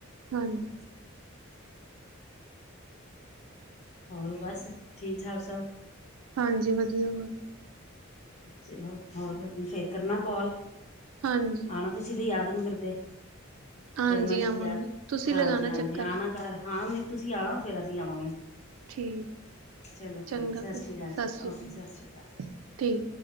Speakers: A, on the right; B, on the left.
A: ਹਾਂਜੀ।
B: <inaudible> ਹੋਰ ਬਸ, ਠੀਕ ਠਾਕ ਸਭ?
A: ਹਾਂਜੀ ਵਧੀਆ, ਹੋਰ
B: ਚਲੋ, ਫੇਰ ਕਰਨਾ ਕਾੱਲ।
A: ਹਾਂਜੀ।
B: ਨਾ, ਤੁਸੀਂ ਤੇ ਯਾਦ ਨੀ ਕਰਦੇ।
A: ਹਾਂਜੀ
B: ਕਰਨਾ ਕਦੀ
A: ਆਵਾਂਗੇ
B: ਯਾਦ,
A: ਤੁਸੀਂ
B: ਹਾਂਜੀ-ਹਾਂਜੀ
A: ਲਗਾਣਾ ਚੱਕਰ
B: ਆਣਾ ਘਰ, ਹਾਂ ਨੀ ਤੁਸੀਂ ਆਣਾ, ਫੇਰ ਅਸੀਂ ਆਵਾਂਗੇ।
A: ਠੀਕ
B: ਚਲੋ
A: ਚੰਗਾ
B: ਠੀਕ ਐ, ਸਤਿ
A: ਫਿਰ
B: ਸ਼੍ਰੀ ਕਾਲ
A: ਸਤਿ
B: ਜੀ,
A: ਸ਼੍ਰੀ
B: ਓਕੇ
A: ਅਕਾਲ
B: ਸਤਿ ਸ਼੍ਰੀ ਕਾਲ ਜੀ।
A: ਠੀਕ